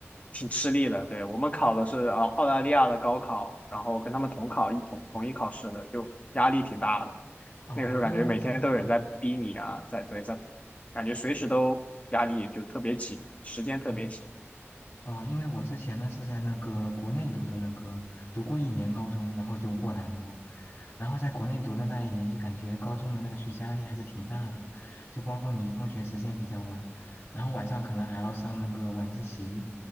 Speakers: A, on the left; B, on the left.
A: 挺吃力的。对，我们考的是澳澳大利亚的高考，然后跟他们同考一同同一考试的，就压力挺大的。
B: 哦，
A: 那个时候感觉每天都有人在逼你啊，
B: 因为我今天，哦哦
A: 在对在，感觉随时都压力就特别紧，
B: 哦
A: 时间特别紧
B: 哦，哦，因为我之前呢是在那个国内读的那个，读过一年高中，然后就过来了嘛。然后在国内读的那一年，就感觉高中的那个学习压力还是挺大的，就包括你放学时间比较晚，然后晚上可能还要上那个晚自习。